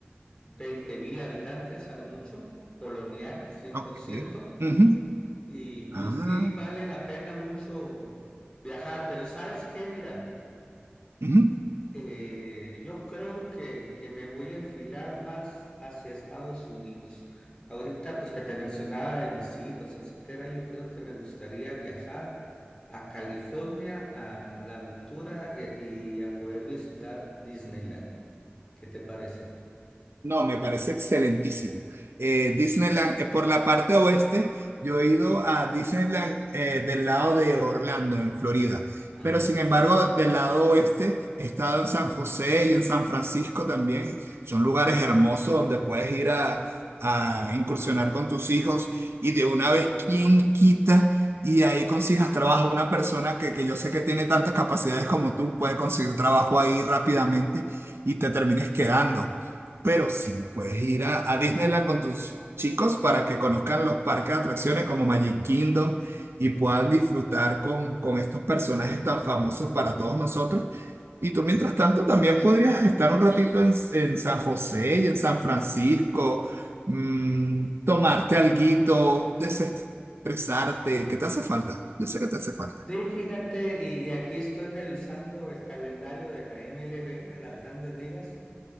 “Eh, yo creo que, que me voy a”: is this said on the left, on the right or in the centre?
Left